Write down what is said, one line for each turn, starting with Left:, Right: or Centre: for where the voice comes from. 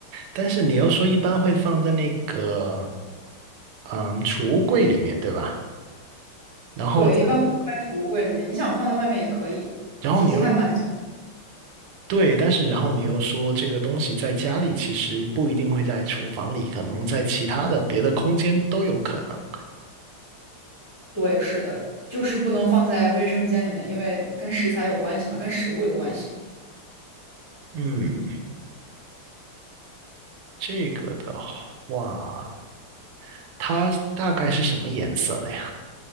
Right: 但是你又说一般会放在那个嗯储物柜里面，对吧？然后再
Left: 对，一般会放在储物柜里面，你想放在外面也可以，
Right: 然后你又
Left: 体积还蛮小。
Right: 对，但是然后你又说这个东西在家里其实不一定会在厨房里，可能在其他的别的空间都有可能。
Left: 对，是的，就是不能放在卫生间里面，因为跟食材有关系嘛，跟食物有关系。
Right: 嗯，这个的话，它大概是什么颜色的呀？